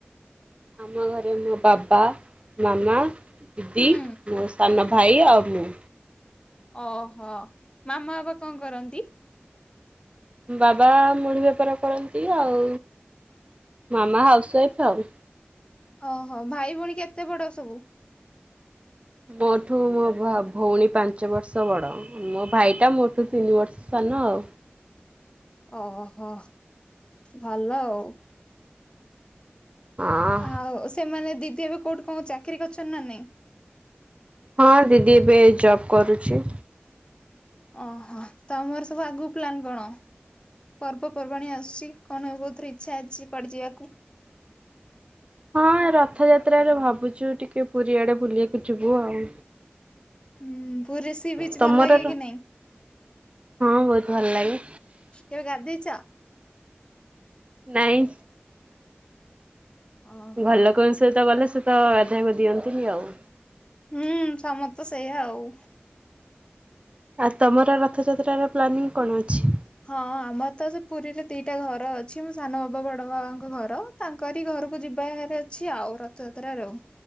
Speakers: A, on the right; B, on the left.
A: ଆମ ଘରେ ମୋ ବାବା, ମାମା ଦିଦି
B: ହୁଁ
A: ମୋ ସାନ ଭାଇ ଆଉ ମୁଁ।
B: ଓହୋ ମାମା ବାପା କଣ କରନ୍ତି?
A: ବାବା ମୁଢି ବେପାର କରନ୍ତି ଆଉ ମାମା ହାଉସ ୱାଇଫ ଆଉ।
B: ଓହୋ ଭାଇ ଭଉଣୀ କେତେ ବଡ ସବୁ?
A: ମୋଠୁ ମୋ ଭଉଣୀ ପାଞ୍ଚ ବର୍ଷ ବଡ଼। ମୋ ଭାଇଟା ମୋଠୁ ତିନି ବର୍ଷ ସାନ ଆଉ।
B: ଓହୋ ଭଲ ଆଉ।
A: ହଁ
B: ଆଉ ସେମାନେ ଦିଦି ଏବେ କୋଉଠି କଣ ଚାକିରି କରିନ୍ ନା ନାଇଁ।
A: ହଁ ଦିଦି ଏବେ ଜବ୍ କରୁଛି।
B: ଓହୋ ତ ଆମର ସବୁ ଆଗକୁ ପ୍ଲନ୍ କଣ? ପର୍ବପର୍ବାଣି ଆସୁଛି କଣ ହବ ବହୁ ଥର ଇଚ୍ଛା ଅଛି କୁଆଡେ ଯିବାକୁ
A: ହଁ ରଥଯାତ୍ରାରେ ଭାବୁଛୁ ଟିକେ ପୁରୀଆଡେ ବୁଲିବାକୁ ଯିବୁ ଆଉ।
B: ହୁଁ ପୁରୀ ରେ ସି ବିଚ
A: ତମର
B: ଭଲ ଲାଗେ କି ନାଇଁ।
A: ହଁ ବହୁତ ଭଲ ଲାଗେ।
B: କେବେ ଗାଧେଇଚ?
A: ନାଇଁ।
B: ଓହୋ।
A: ଘର ଲୋକଙ୍କ ସହିତ ଗଲେ ସେ ତ ଗାଧାଇବାକୁ ଦିଅନ୍ତିନି ଆଉ।
B: ହୁଁ ସମସ୍ତ ସେଇଆା ଆଉ।
A: ଆଉ ତମର ରଥଯାତ୍ରାର ପ୍ଲାନିଂ କଣ ଅଛି?
B: ହଁ ଆମର ତ ସେ ପୁରୀରେ ଦିଟା ଘର ଅଛି ମୋ ସାନ ବାବା ବଡ ବାବାଙ୍କ ଘର ତାଙ୍କରି ଘରକୁ ଯିବାର ଅଛି ଆଉ ରଥଯାତ୍ର ଆଉ